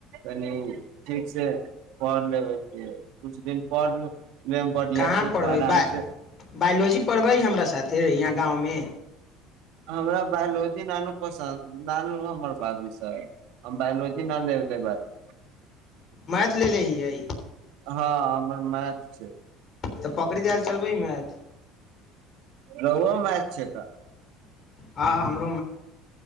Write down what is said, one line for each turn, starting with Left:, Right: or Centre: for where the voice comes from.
Right: कनि ठीक से पढ़ लेब कुछ दिन पढ़ लेब बढ़िया
Left: कहाँ
Right: से तऽ
Left: पढ़बै
Right: आराम से
Left: बायोलॉजी पढ़बै हमरा साथे यहाँ गाँव मे
Right: हमरा बायोलॉजी न - नू पसन्दू ना नू हमर भाभीसँ हम बायोलॉजी न लेने बनी
Left: मैथ लेलेे हियै
Right: हँ हमर मैथ छै
Left: तऽ पकड़ि देल चलबै मैथ
Right: रौओ मेथ छै का
Left: हँ हमर